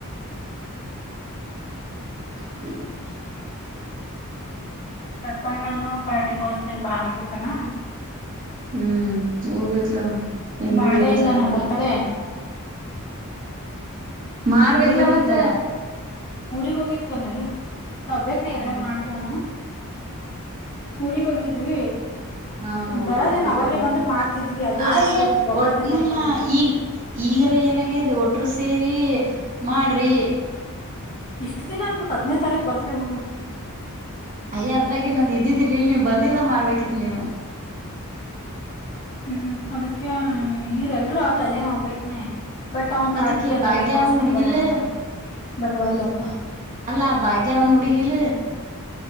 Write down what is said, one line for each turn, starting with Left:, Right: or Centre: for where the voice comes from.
Right: ಹ್ಮ ಇನಾಡಿಬಲ್
Left: ದತ್ತಣ ನಾನು ಪಾರ್ಟಿ ಕೊಡಸ್ತೀನಿ, ಬಾ ಅನಕತನ.
Right: ಹ್ಮ್ ಹೋಗ್ಬೇಕ್ಲಾ ಹೆಂಗಿದ್ರು
Left: ಮಾಡೇ
Right: ಎಕ್ಸಾಮ್
Left: ಇಲ್ಲ ನಾ
Right: ಇರ್ತಾತೇ.
Left: ಬರ್ತಡೆ
Right: ಮಾಡ್ಬೇಕಲ,
Left: ಊರಿಗ್ ಹೋಗಿದ್ವಲ್ಲ
Right: ಮತ್ತೆ?
Left: ಊರಿಗ್ ಹೋಗಿದವಲ ಅಲ್ಲಿ ನಾವ್ ಬೇಕ್ ನೀವ್ರೇನ್
Right: ಹ್ಮ
Left: ಮಾಡ್ತವಲ್ಲಾ ಊರಿಗ್ ಹೋಗಿದ್ವಿ
Right: ಹಾ ಹೌದುರಾಗಿದ್ರಲ್ಲ
Left: ಬರೋದೇನ್ ಅವಾಗೆ ಬಂದ್ರ ಮಾಡ್ತಿದ್ವಿ ಅದೇ
Right: ಆ
Left: ಜಸ್ಟ್ ಹೋಗಿದ್ವಿ ಒಂಬತ್ತನೇ ತಾರೀಕು
Right: ಇಲ್ಲ
Left: ಹೋಗಿದ್ವಿ
Right: ಈ ಈಗಾರ ಏನ್ಯಾಗಿದೆ ಒಟ್ರು ಸೇರಿ ಮಾಡ್ರಿ
Left: ಇಷ್ಟ ದಿನ ಆದ್ಮಕ್ ಹತ್ತ್ ತಾರೀಕ ಬರ್ತ ಡೇ ಮಾಡ್
Right: ಅಯ್ಯ ಅದ್ರಾಗೆ ನಂದ್ ಇದ್ದಿಲ್ಲ ನೀವ್ ಬಂದಿಂದ ಮಾಡ್ಬೇಕಿತ್ ನೀವು
Left: ಹ್ಮ್ ಅದಕ್ಕೆ ಇವ್ರಲ್ರೂ ಅಲ್ಲಲ್ಲೇ ನವ್ಬಕೆನೇ ಬಟ್ ಅವ
Right: ಮತ್ತಕಿ
Left: ಪಾರ್ಟಿ ಎಲ್ಲರಿಗೆ
Right: ಭಾಗ್ಯ
Left: ಕೊಡಸ್ತೀನ್
Right: ಅವನ್ ಹುಡ್ಗಿಲ್
Left: ಬರ್ರೇ ಅಂಕತನ ಬಂಟವಾಲ್ ಲತಾ
Right: ಅಲ್ಲಾ ಭಾಗ್ಯ ಅವನ್ ಹುಡುಗಿಲ